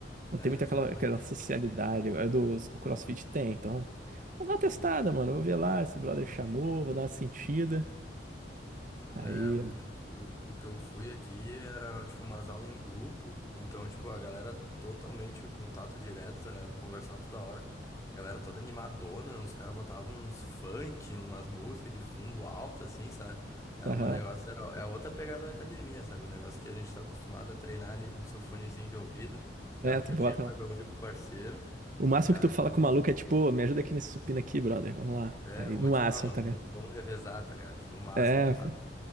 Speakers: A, on the right; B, on the left.
A: Não
B: É,
A: tem muito
B: exatamente.
A: aquela, aquela socialidade. Agora do, do CrossFit tem, então. Vamos dar uma testada, mano. Eu vou ver lá, esse brother chamou, vou dar uma sentida. Aí,
B: É, o que, o, o que eu fui aqui era, tipo, umas aulas em grupo, então, tipo, a galera totalmente em contato direto, tá ligado? Conversar toda hora. A galera toda animadona, os caras botavam uns funk, umas músicas de fundo alta, assim, sabe? Era
A: aham.
B: um negócio, era, é outra pegada da academia, sabe? O negócio que a gente tá acostumado a treinar ali com o seu fonezinho de ouvido, garrafa
A: É, tu bota
B: de
A: lá.
B: água, é o único parceiro.
A: O máximo
B: E aí,
A: que tu fala com o maluco é tipo, "Ô, me ajuda aqui nesse supino aqui, brother. Vamos lá.
B: é,
A: Aí,
B: ou
A: no
B: tipo,
A: máximo,
B: ah, mano,
A: tá ligado?
B: vamos revezar, tá ligado? Tipo, o máximo
A: É,
B: do
A: pô,